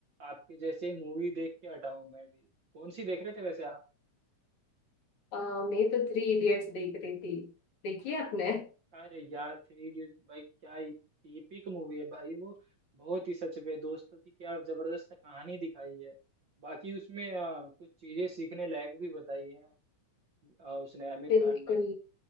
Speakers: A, on the right; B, on the left.
A: आपके जैसे मूवी देख के हटा हूं मैं भी कौन सी देख रहे थे वैसे आप
B: अ, मैं तो थ्री इडियट्स देख रही थी देखिए आपने
A: अरे यार थ्री इडियट भाई क्या टीपिक मूवी है भाई वो बहुत ही सच पे दोस्तों की क्या जबरदस्त कहानी दिखाई है बाकी उसमें आ, कुछ चीजें सीखने लायक भी बताई है आ, उसने आमिर
B: बिल्कुल
A: खान ने